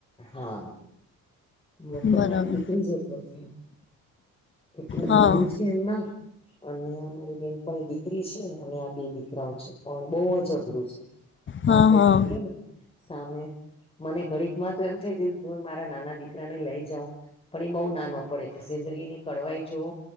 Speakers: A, on the left (about 20°); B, on the left (about 40°).
A: હા, મોટો
B: બરાબર
A: મારી દીકરી જેટલો છે. એટલે મમ્મી
B: હા
A: છે એમના અને અમારી બેન પણ એ દીકરી છે અને આ બે દીકરાઓ છે પણ બઉ જ અઘરું છે. <unintelligible>
B: હા
A: આપડે
B: હા
A: જોઈએ ને સામે મને ઘડીક માં તો એમ થઈયું મારા નાના દીકરા દીકરાને લઈ જાવ. પણ એ બહુ નાનો પડે કે જિંદગી ની કડવાઈ જોવ